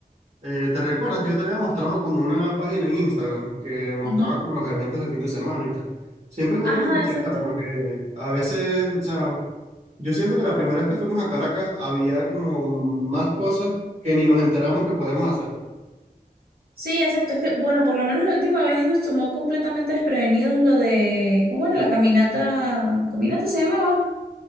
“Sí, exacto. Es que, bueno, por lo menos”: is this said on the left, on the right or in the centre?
Right